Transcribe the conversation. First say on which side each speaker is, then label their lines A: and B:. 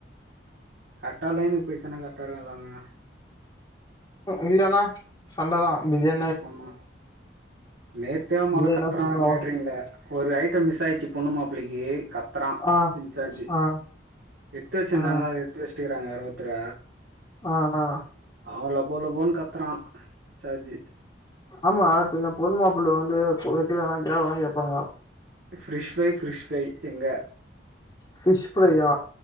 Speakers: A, on the right (about 75°); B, on the left (about 25°).
A: கரட்டா லயனுக்கு போயிசுனாக்க கர்ட்டா இருக்கு எல்லாமே
B: இல்லனா சண்ட தான் பிரியா
A: ஆமா நேத்தே மொதல்ல
B: பிரியாணினா
A: கத்துறா
B: சும்மாவா
A: கேட்டரீங்ள ஒரு ஐட்டம் மிஸ் ஆயிருச்சு பொண்ணு மாப்பிள்ளைக்கு கத் துறான்
B: ஆ
A: இன்சார்ஜு
B: ஆ
A: எத்து வச்சிருந்தாங்க
B: ஆ
A: அத எத்து வச்சுட்டுருக்காங்க வேற ஒர்த்தர
B: ஆ ஆ
A: அவன் லபோ லபோனு கத்தறா இன்ஜார்ஜு
B: ஆமா சில பொண்ணு மாப்பிள்ளை வந்து வைக்கலனா கேவலமா கேப்பாங்க
A: ஃபிரிஸ் ஃப்ரை ஃபிரிஸ் ஃப்ரை எங்க
B: ஃபிஷ் ஃப்ரையா